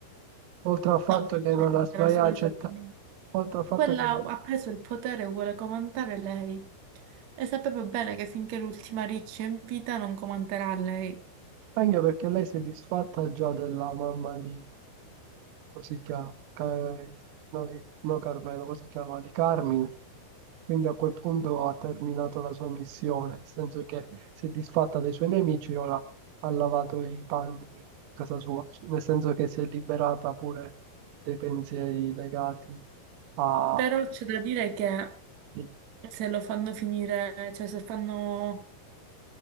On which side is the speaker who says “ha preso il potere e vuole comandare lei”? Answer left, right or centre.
Right